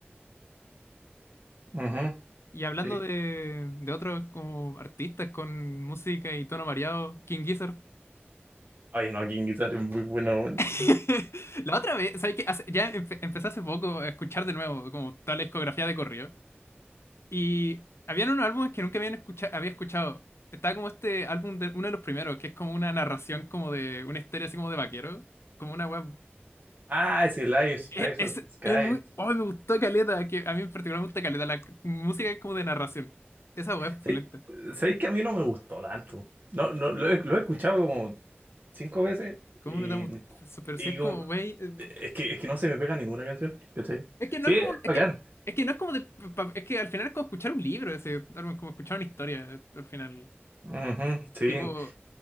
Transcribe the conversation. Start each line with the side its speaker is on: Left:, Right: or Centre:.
Right: Ujú,
Left: Y hablando
Right: sí.
Left: de, de otros como artistas con música y tono variado, King Gizzard.
Right: Ay, no, King Guitar es muy bueno. weón.
Left: <laughs> La otra vez, ¿sabes qué? Hace- ya empe- empecé hace poco a escuchar de nuevo como toda la discografía de corrido. Y habían unos álbumes que nunca habían escucha- había escuchado. Estaba como este álbum, de, uno de los primeros, que es como una narración como de una historia así como de vaquero. Como una web...
Right: Ah, es el Eyes,
Left: Es,
Right: Eyes
Left: es,
Right: of the Sky.
Left: es muy... ¡Oh, me gustó Caleta! Que a mí en particular me gusta Caleta, la música es como de narración. Esa web es
Right: Sí,
Left: pulenta.
Right: ¿sabéis que a mí no me gustó tanto? No, no, lo he, lo he escuchado como cinco veces
Left: ¿Cómo
Right: y,
Left: no te va a gustar? Pero
Right: y
Left: si es
Right: como,
Left: como, güey. eh,
Right: es que, es que no se me pega ninguna canción, ¿cachai?
Left: Es que no
Right: Sí,
Left: es como.
Right: es
Left: Es
Right: bacán.
Left: que, es que no es como de. pa- Es que al final es como escuchar un libro, ese, algo es como escuchar una historia, eh, al final.
Right: Ujú, sí,
Left: Tipo,